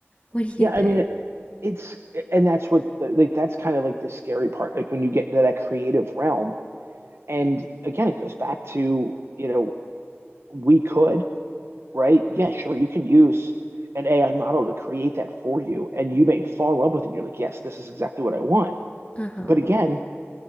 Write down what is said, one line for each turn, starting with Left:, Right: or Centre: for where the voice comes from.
Left: What do
Right: Yeah,
Left: you think?
Right: I mean, it, it's, and that's what, like, that's kind of like the scary part, like when you get to that creative realm. And again, it goes back to, you know, we could, right? Yeah, sure, you can use an AI model to create that for you, and you may fall in love with it. And you're like, yes, this is exactly what I want.
Left: Uh huh.
Right: But again,